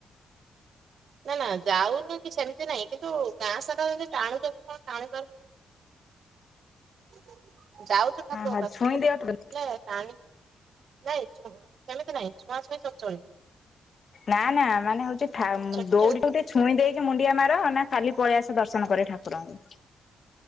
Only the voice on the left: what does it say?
ଆଉ
ଛୁଇଁ ଦିଅ
ନା ନା ମାନେ ହଉଚି ଠା
ଦୌଡିଟା
ଟେ ଛୁଇଁ ଦେଇକି ମୁଣ୍ଡିଆ ମାର ନା ଖାଲି ପଳେଇ ଆସ ଦର୍ଶନ କରି ଠାକୁରଙ୍କୁ?